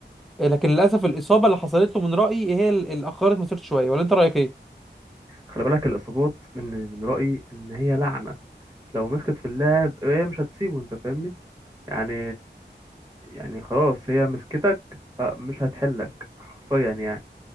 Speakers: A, in the centre; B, on the right.
A: آه، لكن للاسف الاصابه اللي حصلت له من رايي هي اللي اخرت مسيرته شويه ولا انت رايك ايه
B: خلي بالك الإصابات من من رأيي إن هي لعنة لو مسكت في اللاعب هي مش هتسيبه أنت فاهمني يعني يعني خلاص هي مسكتك آه، مش هتحلك حرفيا يعني